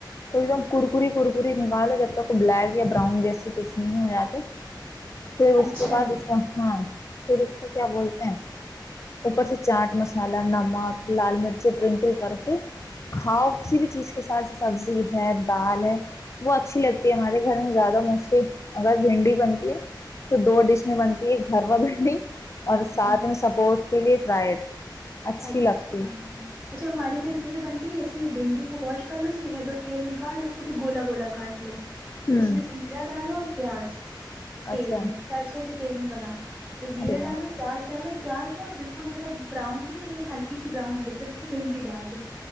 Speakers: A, on the left (about 40°); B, on the right (about 20°).
A: تو ایک دم کرکریی کرکری نکالو جب تک وہ بلیک یا براؤن جیسی کچھ نہیں ہو جاتی پھر اس
B: اچھا
A: کے بعد اس کو ہاں پھر اس کو کیا بولتے ہیں اوپر سے چاٹ مسالہ نمک لال مرچ بنکل کر کے کھاؤ کسی بھی چیز کے ساتھ سبزی ہے دال ہے وہ اچھی لگتی ہے ہمارے گھر میں زیادہ موسٹلی اگر بھنڈی بنتی ہے تو دو ڈش میں بنتی ہے ایک بھروا بھنڈی اور
B: ہوں
A: ساتھ میں سپورٹ پلی فرائڈ اچھی
B: اچھا
A: لگتی
B: اچھا ہماری ادھر کیسے بنتی ہے اس بھنڈی کو واش کر لو اس کی ہیڈ اور تیل نکالو اس کو بھی گولا گولا کاٹ لو
A: ہوں
B: تو اس میں زیرہ ڈالو پیاز تیل
A: اچھا
B: میں سرسو کتنے تیل میں بنا پ زیرہ
A: ارے
B: ڈالو
A: واہ
B: پیاز ڈالو پیاز نہا بالکل مطلب براؤن نہیں یکن ہلکی براؤن ہو جائے پھر اس میں بھنڈی ڈال دو